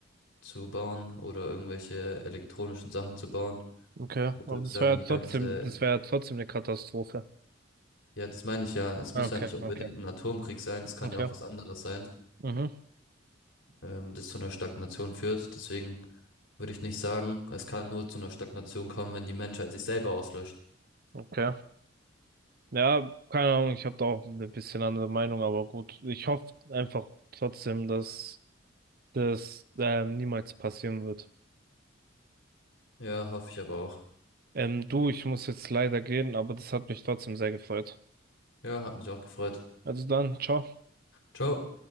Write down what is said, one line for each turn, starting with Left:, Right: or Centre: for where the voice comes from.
Left: zu bauen oder irgendwelche elektronischen Sachen zu bauen,
Right: okay.
Left: wodurch
Right: Aber das
Left: dann
Right: wäre ja
Left: die
Right: trotzdem,
Left: ganze
Right: das wäre ja trotzdem eine Katastrophe.
Left: Ja, das meine ich ja. Es muss
Right: Okay,
Left: ja nicht unbedingt
Right: okay,
Left: ein Atomkrieg sein. Es kann
Right: okay.
Left: ja auch was anderes sein,
Right: Mhm.
Left: ähm, das zu einer Stagnation führt. Deswegen würde ich nicht sagen, es kann nur zu einer Stagnation kommen, wenn die Menschheit sich selber auslöscht.
Right: Okay. Ja, keine Ahnung, ich habe da auch eine bisschen andere Meinung, aber gut. Ich hoffe einfach trotzdem, dass das ähm, niemals passieren wird.
Left: Ja, hoffe ich aber auch.
Right: Ähm, du, ich muss jetzt leider gehen, aber das hat mich trotzdem sehr gefreut.
Left: Ja, hat mich auch gefreut.
Right: Also dann, ciao.
Left: Ciao.